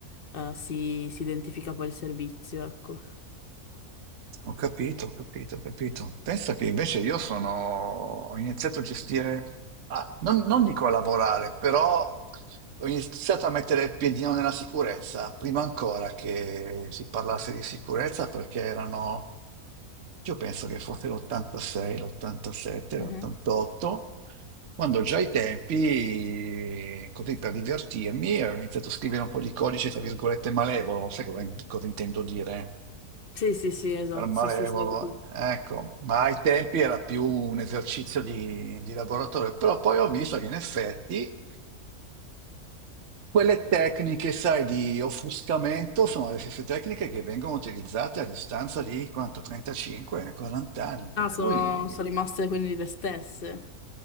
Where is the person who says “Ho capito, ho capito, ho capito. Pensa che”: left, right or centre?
Right